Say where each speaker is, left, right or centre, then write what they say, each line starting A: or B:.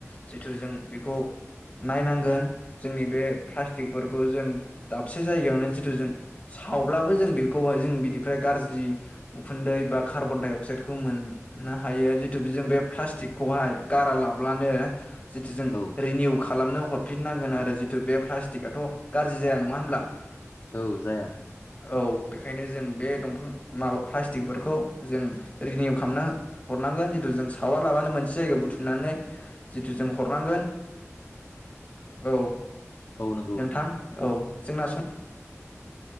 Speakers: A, on the left; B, on the left.
A: जिथु जों बेखौ नायनांगोन जोंनि बे प्लास्टिकफोरखौ जों दाबसे जायगायावनो जिथु जों सावब्लाबो जों बेखौहाय जों बिनिफ्राय गाज्रि उखुन्दै बा कार्बन डाइ अक्साइदखौ मोननो हायो जितु जों बे प्लास्टिकखौहाय गारा लाब्लानो जिथु जों
B: औ
A: रिनिउ खालामनो हरफिननांगोन आरो जिथु बे प्लास्टिकआथ' गाज्रि जाया नङा होनब्ला
B: औ जाया
A: औ बेखायनो जों बे दंफां माबा प्लास्टिकफोरखौ जों रिनिउ खालामना हरनांगोन जिथु जों सावालाबानो मोनसे जायगायाव बुथुम नानै जिथु जों हरनांगोन औ
B: औ नंगौ
A: नोंथां औ जोंना सम